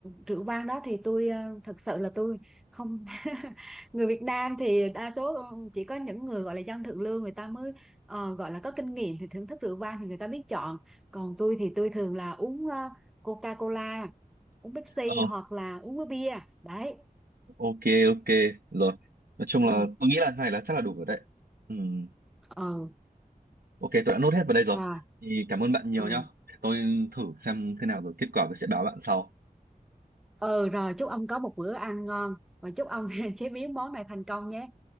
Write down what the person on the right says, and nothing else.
Ờ,
ok, ok. Rồi. Nói chung
là tôi nghĩ là này là chắc là đủ rồi đấy. Ừm,
Ok, tôi đã nốt hết vào đây rồi.
Thì cảm ơn bạn nhiều
nhá. Để tôi thử xem thế nào rồi kết quả tôi sẽ báo bạn sau.